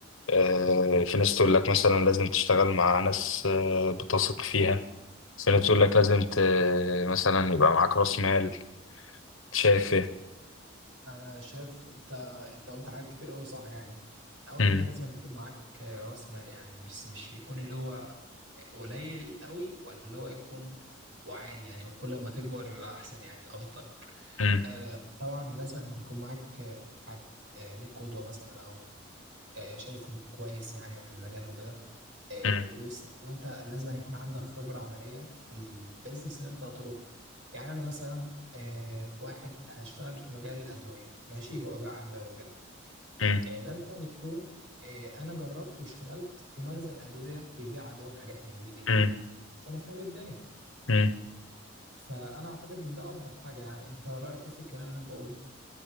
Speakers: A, on the left; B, on the right.
A: آه، في ناس تقول لك مثلا لازم تشتغل مع ناس آه، بتثق فيها في ناس تقول لك لازم ت... مثلا يبقى معاك راس مال شايف ايه
B: انا شايف انت انت قلت حاجات كتير قوي صح يعني اول
A: مم،
B: حاجه لازم يكون معاك آه، راس مال يعني مش مش بيكون اللي هو قليل قوي ولا اللي هو يكون وعادي يعني وكل ما تكبر يبقى احسن يعني افضل
A: مم،
B: آه، طبعا لازم يكون معاك آه، حد آه، ليك قدوه مثلا او آه، شايفه كويس يعني في المجال وكده آه،
A: مم،
B: وس- وانت لازم أن يكون عندك خبرة عملية في البيزنس اللي انت هتروح يعني انا مثلا آه، واحد هشتغل في مجال الأدوية ماشي وأبيع أدوية وكده
A: مم،
B: آه، لازم أن يكون آه، انا جربت واشتغلت في مخزن أدوية بيبيع أدوية وحاجات من دي ليه
A: مم،
B: عشان افهم الدنيا
A: مم.
B: فانا اعتقد ان ده افضل حاجة يعني انت رأيك إيه في الكلام اللي انا بقوله